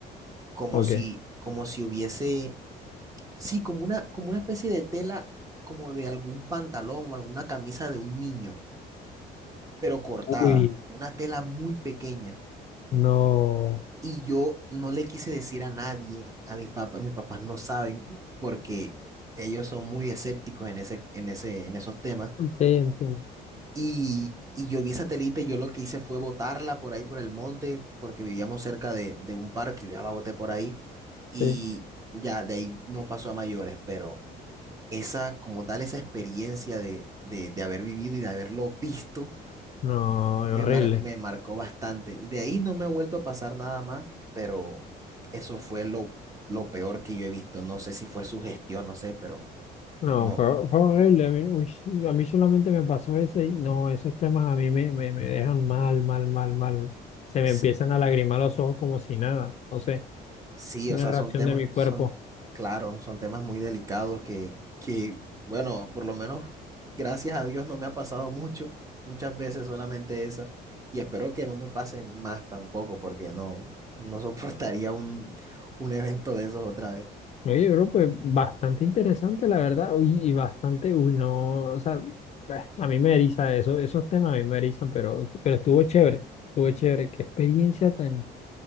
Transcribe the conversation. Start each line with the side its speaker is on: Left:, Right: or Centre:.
Right: como
Left: Ok.
Right: si, como si hubiese, sí, como una, como una especie de tela, como de algún pantalón o alguna camisa de un niño. pero cortada,
Left: Uy,
Right: una tela muy pequeña.
Left: no.
Right: Y yo no le quise decir a nadie, a mis papás, mis papás no saben porque ellos son muy escépticos en ese, en ese, en esos temas.
Left: Ok, entiendo.
Right: Y, y yo vi esa telita y yo lo que hice fue botarla por ahí por el monte porque vivíamos cerca de, de un parque, ya la boté por ahí y
Left: Sí.
Right: ya de ahí no pasó a mayores, pero esa como tal, esa experiencia de, de, de haber vivido y de haberlo visto
Left: No, horrible.
Right: me, mar- me marcó bastante. De ahí no me ha vuelto a pasar nada más, pero eso fue lo, lo peor que yo he visto. No sé si fue su gestión, no sé, pero
Left: No,
Right: no.
Left: fue, fue horrible. A mí, uy, a mí solamente me pasó eso y no, esos temas a mí me, me, me dejan mal, mal, mal, mal. Se me
Right: S-
Left: empiezan a lagrimar los ojos como si nada. No sé,
Right: Sí,
Left: una
Right: o sea,
Left: reacción
Right: son temas,
Left: de mi cuerpo.
Right: son, claro, son temas muy delicados que, que, bueno, por lo menos, gracias a Dios no me ha pasado mucho, muchas veces solamente esa, y espero que no me pasen más tampoco, porque no, no soportaría un, un evento de esos otra vez.
Left: Oye, bro, pues bastante interesante, la verdad, uy, y bastante, uy, no, o sea, bah, a mí me eriza eso, esos temas a mí me erizan, pero, pero estuvo chévere, estuvo chévere, qué experiencia tan,